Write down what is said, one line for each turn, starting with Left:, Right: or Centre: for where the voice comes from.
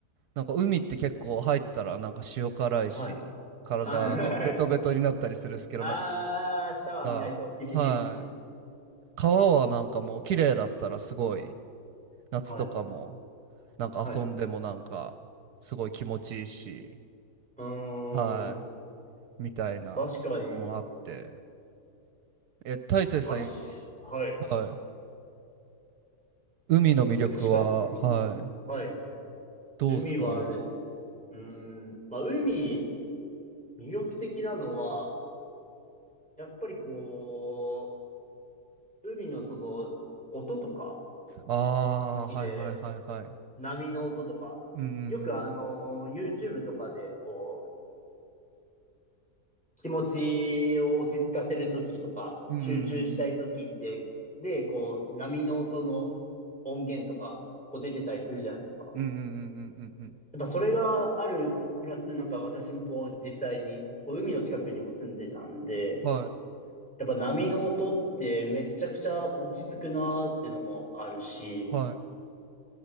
Right: なんか海って結構入ったらなんか塩辛いし、
Centre: はい。
Right: 体あのベトベトになったりするんですけど、
Centre: あー、はいあーシャワー見ないと厳しいですもんね。
Right: なんか、あーはい。川はなんかもう綺麗だったらすごい、夏とかも、
Centre: はい。
Right: なんか遊んでもなんか、
Centre: はい。う
Right: すごい気持ちいいし、
Centre: ーん。
Right: はい。みたいなのもあって。
Centre: 確かに。
Right: え、大成さん、
Centre: たし、はい。い
Right: はい。海の魅力は、
Centre: や確かに。
Right: はい。
Centre: はい。
Right: どうすかね。
Centre: 海はです。うーん。まあ、海、魅力的なのは、やっぱりこう、海のその、音とか、
Right: ああ、
Centre: 好きで、
Right: はいはいはいはい。
Centre: 波の音とか、
Right: うんうん
Centre: よくあのー、YouTube とかで、こう、気持ちを落ち着かせるときとか、
Right: うんう
Centre: 集中したいときって、
Right: ん
Centre: で、こう、波の音の音源とか、こう出てたりするじゃないですか。
Right: うんうんうんうんうんうんうんうん
Centre: やっぱそれがある、プラスなんか私もこう、実際に、こう、海の近くにも住んでたんで、
Right: はい
Centre: やっぱ波の音ってめちゃくちゃ落ち着くなーってのもあるし、
Right: はい